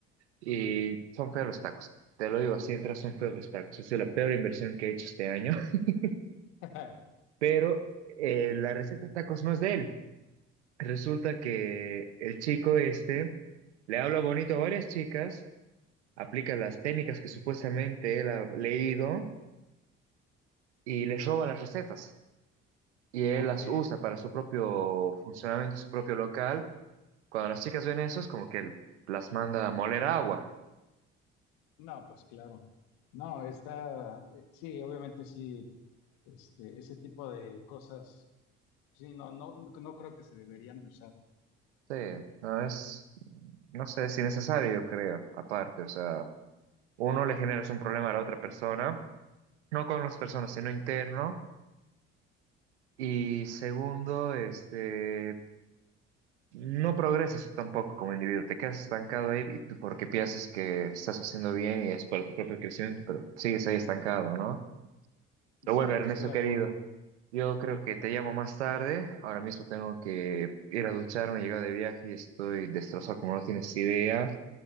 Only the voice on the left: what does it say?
Ujú.
<laughs>
Ok,
no, pues claro. No, está, eh, sí, obviamente sí, este, ese tipo de cosas, sí, no, no, no creo que se deberían de usar.
Exacto,
estoy de
acuerdo.